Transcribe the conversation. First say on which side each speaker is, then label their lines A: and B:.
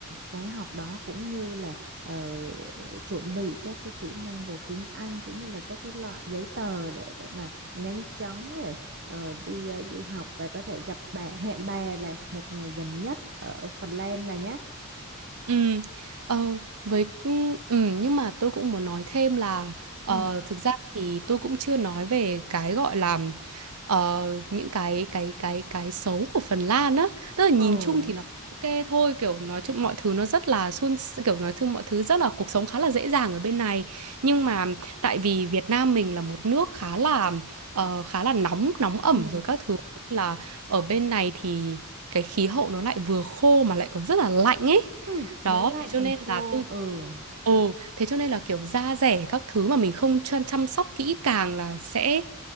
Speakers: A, on the right; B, on the right.
A: khóa học đó cũng như là ờ, chuẩn bị các cái kỹ năng về tiếng Anh cũng như là các cái loại giấy tờ để để mà nhanh chóng rồi ờ, đi ờ, du học và có thể gặp bà hẹn bà là một ngày gần nhất ở Phần Lan bà nhé.
B: Ừ, ờ, với ừ, ừ, nhưng mà tôi cũng muốn nói thêm là ờ,
A: Ừ.
B: thực ra thì tôi cũng chưa nói về cái gọi là ờ, những cái cái cái cái xấu của Phần Lan á, tức là
A: Ồ,
B: nhìn chung thì nó ok thôi, kiểu nói chung mọi thứ nó rất là suôn s- kiểu nói chung mọi thứ rất là cuộc sống khá là dễ dàng ở bên này, nhưng mà tại vì Việt Nam mình là một nước khá là ờ, khá là nóng nóng ẩm
A: ừ,
B: rồi các thứ là ở bên này thì cái khí hậu nó lại vừa khô mà lại còn rất là lạnh ấy
A: ừ,
B: đó
A: đã lạnh
B: thế cho
A: còn
B: nên
A: khô,
B: là tôi
A: ừ.
B: ồ thế cho nên là kiểu da dẻ các thứ mà mình không chăm chăm sóc kỹ càng là sẽ